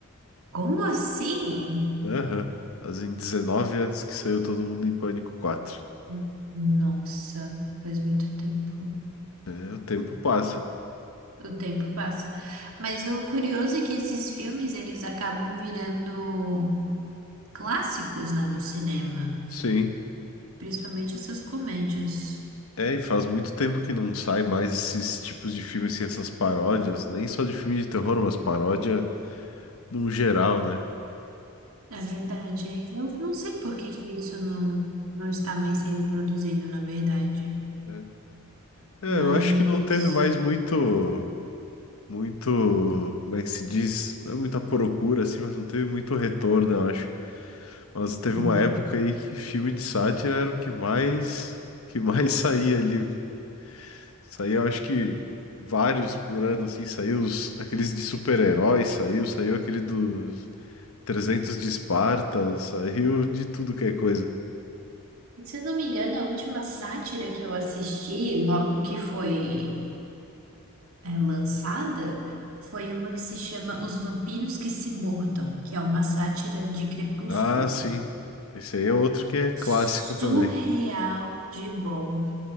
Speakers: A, on the right; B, on the left.
A: Como assim?
B: Aham. Fazem 19 anos que saiu Todo Mundo em Pânico 4.
A: Hum, Nossa, faz muito tempo.
B: É, O tempo passa,
A: O tempo passa. Mas o curioso é que esses filmes eles acabam virando clássicos, né, do cinema,
B: Sim.
A: principalmente essas comédias.
B: É, e faz muito tempo que não sai mais esses tipos de filmes, assim, essas paródias, nem só de filme de terror, mas paródia no geral, né?
A: É verdade. Eu não sei por que que isso não, não está mais sendo produzido, na verdade.
B: É, É,
A: Mas,
B: eu acho que não teve mais muito, muito, como é que se diz? Não é muita procura, assim, mas não teve muito retorno, eu acho. Mas teve
A: hum.
B: uma época aí que filme de sátira era o que mais, que mais <laughs> saía ali. Saía, eu acho que vários por ano, assim, saiu os, aqueles de super-heróis, saiu, saiu aquele dos 300 de Esparta, saiu de tudo que é coisa.
A: E Se eu não me engano, a última sátira que eu assisti, logo que foi é, lançada foi uma que se chama Os Vampiros que se Mordam, que é uma sátira de Crepúsculo.
B: Ah, sim. Esse aí é outro que é clássico
A: Surreal
B: também.
A: de bom.